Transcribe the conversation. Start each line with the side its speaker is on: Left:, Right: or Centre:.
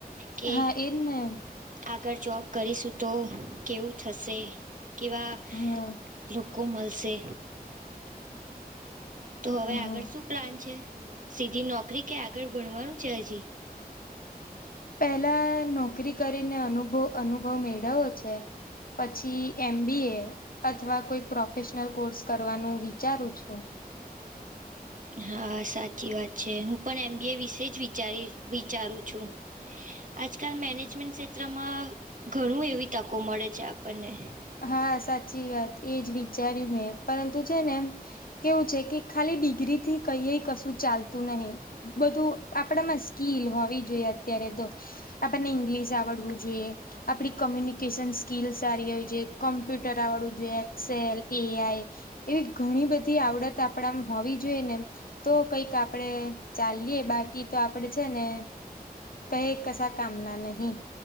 Right: કે
Left: હા એને.
Right: આગળ જોબ કરીશું તો કેવું થશે કેવા
Left: હમ.
Right: લોકો મળશે. તો હવે
Left: હા
Right: આગળ શું પ્લાન છે સીધી નોકરી કે આગળ ભણવાનું છે હજી.
Left: પેલા નોકરી કરીને અનુભવ અનુભવ મેળવો છે પછી એમ બી અથવા કોઈ પ્રોફેશનલ કોર્સ કરવાનું વિચારું છું.
Right: હા સાચી વાત છે હું પણ એમ બી એ વિશે જ વિચારી વિચારું છું. આજકાલ મેનેજમેન્ટ ક્ષેત્રમાં ઘણું એવી તકો મળે છે આપણને
Left: હા સાચી વાત એજ વિચાર્યું મેં પરંતુ છે ને એમ કેવું છે કે. ખાલી ડિગ્રી થી કઈ કશું ચાલતું નહી બધું. આપડામાં સ્કીલ હોવી જોઈએ અત્યારે તો. આપણને ઇંગ્લિશ આવડવું જોઈએ આપડી કોમ્યુનિકેશન સ્કીલ સારી હોય છે. કોમ્પ્યુટર આવડવું જોઈએ એક્સેલ એઆઈ એવી ઘણી બધી આવડત આપણામ હોવી જોઈએ ને. તો કઈક આપડે ચાએ બાકી તો આપડે છે ને કઈ કસા કામના નહી.